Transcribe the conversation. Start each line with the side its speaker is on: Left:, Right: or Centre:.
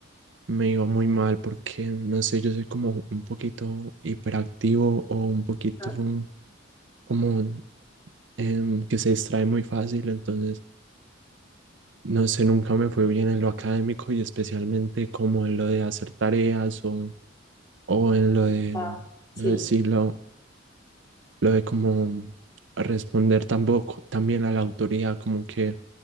Right: me iba muy mal porque, no sé, yo soy como un poquito hiperactivo o un poquito
Left: Ah,
Right: um, como em, que se distrae muy fácil, entonces, no sé, nunca me fue bien en lo académico y especialmente como en lo de hacer tareas o, o en lo de,
Left: ah, sí,
Right: lo de, sí, lo, lo de como responder tampoco, también a la autoridad, como que